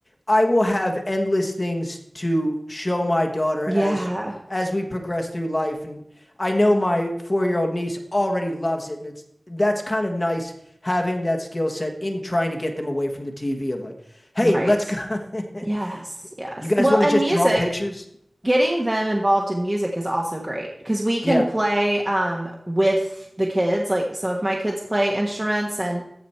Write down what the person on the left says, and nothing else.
I will have endless things to show my daughter
as, as we progress through life. And I know my four year old niece already loves it. And it's, that's kind of nice having that skill set in trying to get them away from the TV of like, hey,
let's go. <laughs>
You guys
want
to just
draw pictures?
Yeah.